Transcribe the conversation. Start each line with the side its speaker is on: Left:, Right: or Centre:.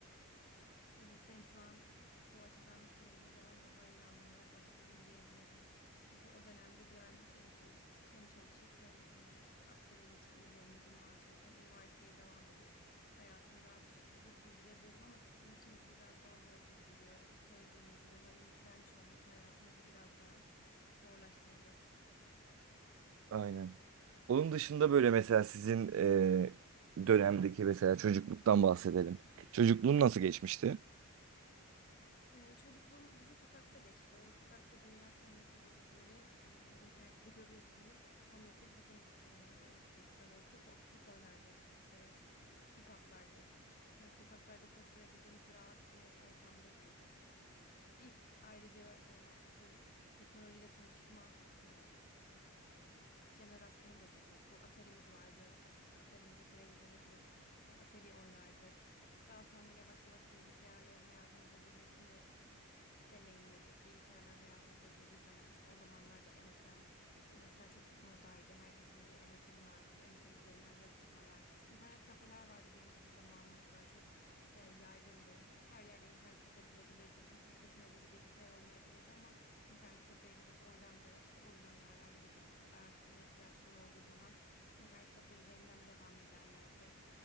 Left: Evet, sen şu an bu açıdan söylediğin zaman daha iyi anlamaya başladım diyebilirim. Çünkü o dönemde ben e, çalış hem çalışıp hem e, işte asgari ücretin üzerinde bir maaş alıp hem üniversiteye devam edip hayatımı rahat bir şekilde sürdürebiliyordum ama sizin için bu biraz daha zor gibi duruyor. Söylediğin gibi doların yükselmiş olması hayatımızı biraz daha zorlaştırdı.
Right: Aynen. Onun dışında böyle mesela sizin e, dönemdeki mesela çocukluktan bahsedelim. Çocukluğun nasıl geçmişti?
Left: Ee, çocukluğumuz bizim sokakta geçti. O sokakta büyüyen son nesil dedikleri e, internette de görüyorsundur. So- Son nesil bizim e, dik sanırım top, top oynardık, işte ip atlardık. Yani sokaklarda koşturabildiğimiz rahat bir ortamda büyüdük. İlk ayrıca e, bu teknolojiyle tanışma e, jenerasyonu da biziz. Bu Atari'miz vardı. Ata- işte Atari'mizi televizyona kurup e, Atari oynardık. Daha sonra yavaş yavaş bilgisayarların hayatımıza girmesini deneyimledik. Bilgisayarlar hayatımıza girdiği zaman işte o zamanlarda MSN, MSN çok modaydı. Herkesin bir MSN'i vardı. MSN üzerinden yazışmalar. İnternet kafeler vardı bizim zamanımızda. Çok e, yaygındı. Her yerde internet kafe bulabilirdin. Herkesin evinde bilgisayar olmayabilirdi ama internet kafeye gidip oradan da işte oyun oynarlar ya da bir araştırma ihtiyaçları olduğu zaman internet kafe üzerinden devam ederlerdi.